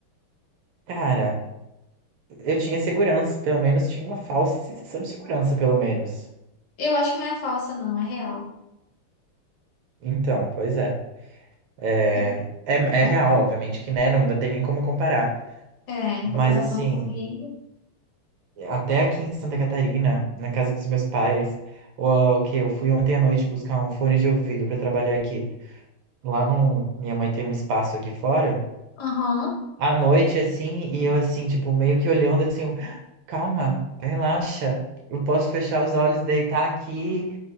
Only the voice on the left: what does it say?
Eu acho que não é falsa, não, é real.
Em-
em co-
É, em
comparação
com o Rio.
Aham.